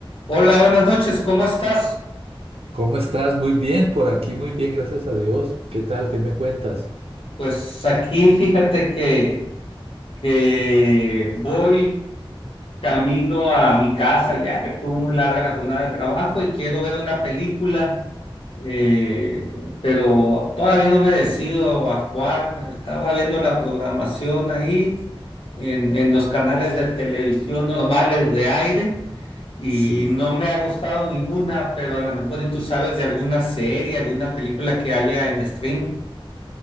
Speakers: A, on the left (about 70°); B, on the right (about 80°).
A: Hola, buenas noches, ¿cómo estás?
B: ¿Cómo estás? Muy bien, por aquí muy bien, gracias a Dios. ¿Qué tal? ¿Qué me cuentas?
A: Pues aquí fíjate que, que voy camino a mi casa, ya que estuvo muy larga la jornada de trabajo y quiero ver una película, eh, pero todavía no me decido a cuál. Estaba viendo la programación ahí en, en los canales de televisión normales de aire y
B: Sí.
A: no me ha gustado ninguna, pero a lo mejor y tú sabes de alguna serie, alguna película que haya en streaming.